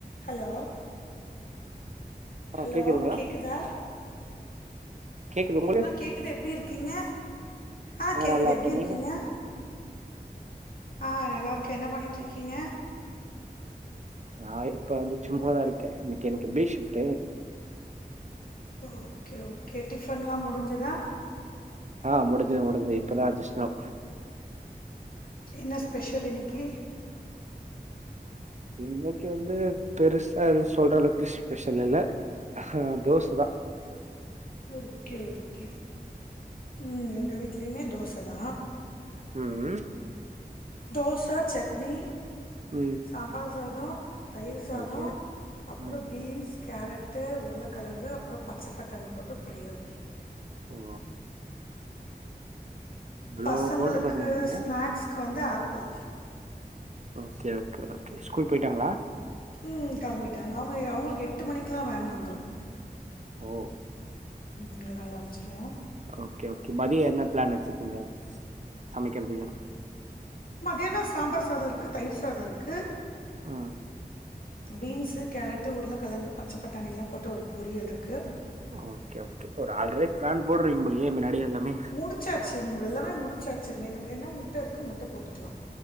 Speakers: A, on the left (about 60°); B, on the right (about 45°).
A: Hello
B: ஆ
A: hello
B: கேக்குதுங்களா?
A: கேக்குதா
B: கேக்குது உங்களுக்கு?
A: ஆ கேக்குது எப்டி இருக்கீங்க ஆ கேக்குது
B: நல்லா இருக்கேன்.
A: எப்டி இருக்கீங்க
B: நீங்க?
A: ஆஹ் நல்லா இருக்கே என்ன பண்ணிட்டு இருக்கீங்க
B: நா இப்ப வந்து சும்மாதா இருக்கே இன்னைக்கு எனக்கு டே ஷிப்ட்டு
A: ஓகே ஓகே டிஃபன்லா முடிஞ்சுதா
B: ஆ முடிஞ்சுது முடிஞ்சு இப்பதா ஜஸ்ட் நௌ
A: என்ன ஸ்பெஷல் இன்னிக்கி
B: இன்னக்கி வந்து பெருசா எதுவு சொல்ற அளவுக்கு ஸ்பெஷல் இல்ல ஆஹ் தோச தா
A: ஓகே ஓகே ம் எங்க வீட்லயுமே தோச தா
B: ம் ம்
A: தோச சட்னீ
B: ம்
A: சாம்பார் சாத தயிர் சாத
B: ஓகே.
A: அப்பற
B: ம்.
A: பீன்ஸ் கேரட்டு உருளக் கிழங்கு அப்பற பச்ச பட்டாணி போட்டு பொரியல்
B: ஓ இவ்ளோ
A: பசங்களுக்கு
B: போட்டு பண்ணிருக்கீங்க.
A: ஸ்நாக்ஸ்க்கு வந்து apple
B: okay okay okay school போய்டாங்களா
A: ம் களம்பிட்டாங்க அவுங்க அவுங்களுக்கு எட்டு மணிக்குலா வேன் வந்துரு
B: ஓ!
A: ம் அதால அம்சிருவோ
B: ஓகே ஓகே மதியோ என்ன பிளான் வெச்சிருக்கீங்க சமைக்கறதுக்கு
A: மத்தியானோ சாம்பார் சாதோ இருக்கு தயிர் சாதோ இருக்கு
B: ஆ
A: பீன்ஸு கேரட்டு உருளைக்கெழங்கு பச்ச பட்டாணி எல்லா போட்டு ஒரு பொரியல் இருக்கு
B: ஓகே ஓகே ஒரு ஆல்ரெடி பிளான் போட்றீங்க போலயே முன்னாடியே எல்லாமே
A: முடிச்சாச்சு எல்லாமே முடிச்சாச்சு மேல வேனும்னா முட்ட இருக்கு முட்ட போட்டுக்லா